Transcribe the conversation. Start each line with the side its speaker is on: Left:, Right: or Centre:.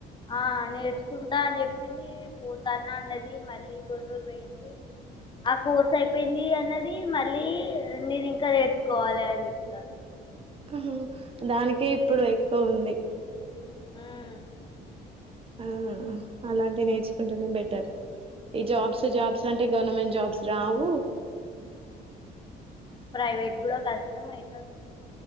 Left: ఆ నేర్చుకుంటా అని చెప్పింది, పోతాన్నా అన్నది మళ్ళీ కొన్ని రోజలు పోయింది. ఆ కోర్స్ అయిపోయింది అన్నది మళ్ళీ నేను ఇంకా నేర్చుకోవాలి అని చెప్తాంది.
Right: హ్ హు దానికే ఇప్పుడు ఎక్కువ ఉంది.
Left: మ్
Right: ఆ అలాంటివి నేర్చుకుంటునే బెటర్ ఈ జాబ్స్ జాబ్స్ అంటే గవర్నమెంట్ జాబ్స్ రావు
Left: ప్రైవేట్ కూడా కష్టం అయితాంది.